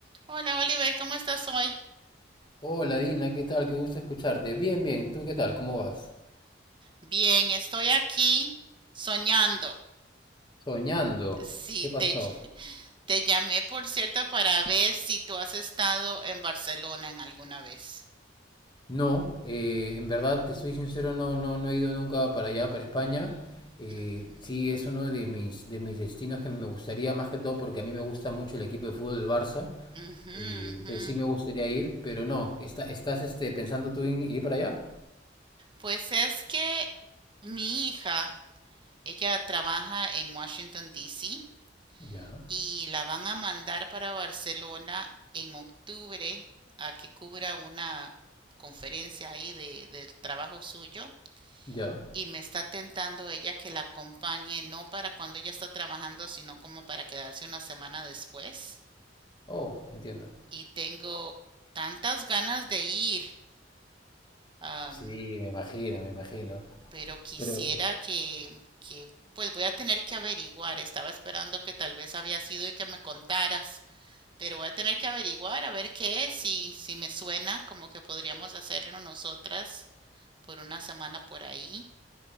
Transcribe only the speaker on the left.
Hola Dina, ¿qué tal? Qué gusto escucharte. Bien, bien, ¿tú qué tal? ¿Cómo vas?
Soñando.
¿Qué pasó?
No, eh, en verdad, te soy sincero, no, no, no he ido nunca para allá, para España. Eh,
sí, es uno de mis, de mis destinos que me gustaría, más que todo porque a mí me gusta mucho el equipo de fútbol del Barça.
Eh,
entonces sí me gustaría ir, pero no, está- ¿estás este, pensando tú en ir para allá?
Ya,
ya.
Oh, entiendo.
Sí, me imagino, me imagino.
Pero,